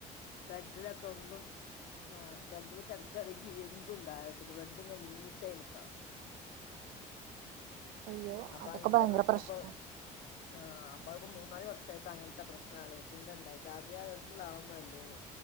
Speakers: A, on the left; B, on the right.
A: ബെഡിലൊക്കെ ഒന്നും ആ ബെഡില് കെടെക്കാണെങ്കി എന്തുണ്ടായിത് ബെഡ് ഇങ്ങ് നീറ്റായി നിക്കണം
B: അയ്യോ
A: അപ്പം
B: അതൊക്കെ
A: അങ്ങനത്തെ
B: ഭയങ്കര
A: പ്രശ്നം
B: പ്രശ്നാ
A: ഇപ്പം ആഹ് പ്പം അത്പ്പം മൂന്നാല് വർഷായ് അങ്ങൻത്തെ പ്രസ്ന അലർജിന്റെണ്ടായ്ട്ട് ആദ്യേ അലർജിള്ളെ ആളൊന്നും അല്ലേനീ